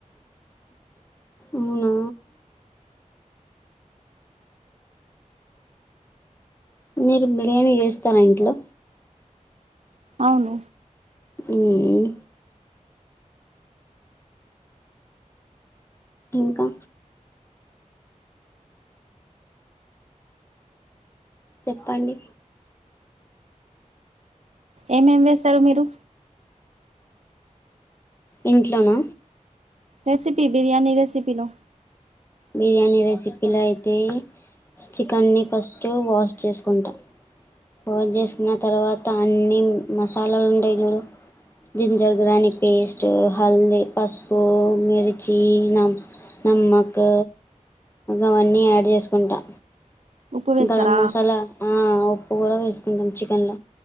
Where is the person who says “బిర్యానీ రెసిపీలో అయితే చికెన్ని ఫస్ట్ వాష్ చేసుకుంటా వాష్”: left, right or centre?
Left